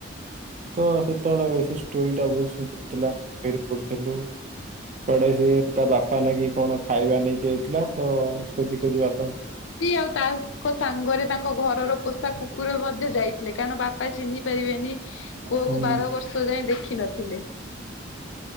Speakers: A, on the right; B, on the left.
A: ତ ସେତେବେଳେ ସେ ଷ୍ଟୋରି ଟା ବହୁତ ସୁନ୍ଦର ଥିଲା ଆମେ ବହିରେ ପଢିଥିଲୁ। କୁଆଡେ ସିଏ ତା ବାପା ନାକି କଣ ଖାଇବା ନେଇକି ଯାଇଥିଲା ତ
B: ବରକୋଳି,
A: ଖୋଜି ଖୋଜି
B: ବାଡ଼ି
A: ବାପା
B: ବରକୋଳି ଆଉ ତାଙ୍କ ସାଙ୍ଗରେ ତାଙ୍କ ଘରର ପ କୁକୁର ମଧ୍ୟ ଯାଇଥିଲେ କାରଣ ବାପା ଚିହ୍ନି ପାରିବେନି ପୁଅ
A: ହୁଁ
B: କୁ ବାର ବର୍ଷ ଯାଏ ଦେଖି ନଥିଲେ।